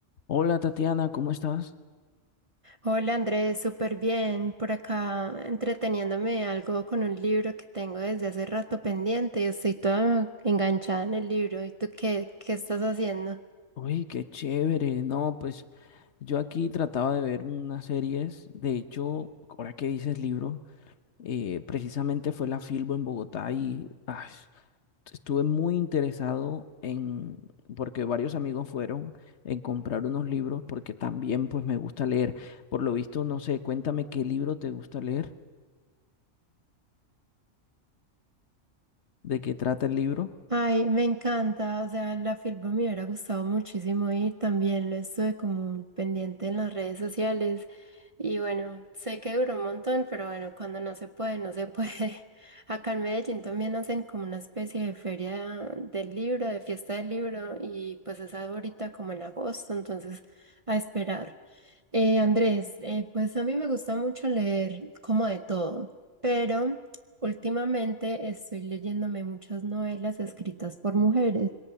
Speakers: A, on the left; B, on the right.
A: Hola Tatiana, ¿cómo estás?
B: Hola Andrés, súper bien. Por acá entreteniéndome algo con un libro que tengo desde hace rato pendiente y estoy toda enganchada en el libro. ¿Y tú qué, qué estás haciendo?
A: Uy, qué chévere. No, pues yo aquí trataba de ver unas series. De hecho, ahora que dices libro, eh, precisamente fue la Filbo en Bogotá y ay, estuve muy interesado en, porque varios amigos fueron, en comprar unos libros porque también pues me gusta leer. Por lo visto, no sé, cuéntame qué libro te gusta leer, de qué trata el libro.
B: Ay, me encanta, o sea, la filpa me hubiera gustado muchísimo ir, también lo estuve como pendiente en las redes sociales y bueno, sé que duró un montón, pero bueno, cuando no se puede, no se puede. <laughs> Acá en Medellín también hacen como una especie de feria del libro, de fiesta del libro y pues es ahorita como en agosto, entonces a esperar. Eh, Andrés, eh, pues a mí me gusta mucho leer como de todo, pero... Últimamente estoy leyéndome muchas novelas escritas por mujeres.